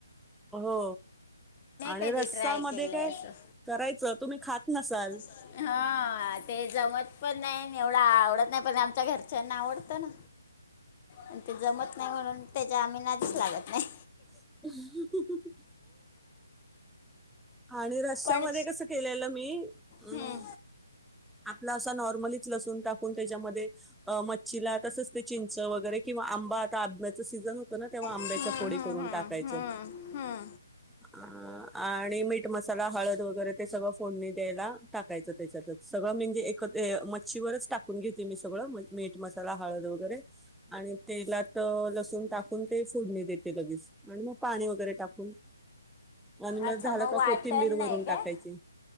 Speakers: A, in the centre; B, on the left.
A: हो आणि
B: कधी
A: रस्सा
B: ट्राय
A: मध्ये
B: केलंय
A: काय
B: असं
A: करायचं तुम्ही खात नसाल.
B: हा. हा ते जमत पण नाही एवढं आवडत नाही पण आमच्या घरच्यांना आवडतं ना. आणि ते जमत नाही म्हणून त्याच्या आम्ही नादीच लागत नाही.
A: <unintelligible> आणि रश्या
B: पण
A: मध्ये कसं केलेलं मी अ
B: हम्म,
A: आपला असा नॉर्मलीच लसून टाकून त्याच्यामध्ये मच्छीला तसच ते चिंच वगैरे किंवा आंबा आता आंब्याच सीझन होतो ना तेव्हा आंब्याच्या
B: हम्म,
A: फोडी
B: हम्म,
A: करून
B: हम्म,
A: टाकायचो.
B: हम्म, हम्म.
A: <inaudible> आणि मीठ मसाला हळद वगैरे ते सगळं फोडणी द्यायला टाकायचं त्याच्यात सगळं म्हणजे एकत्र ए मच्छीवरच टाकून घेते मी सगळ मीठ मसाला हळद वगैरे आणि तेलात लसूण टाकून ते फोडणी देते लगेच आणि मग पाणी वगैरे टाकून आणि मग
B: अच्छा
A: झालं का
B: वाटण
A: कोथिंबीर
B: नाही
A: वरून टाकायची.
B: काय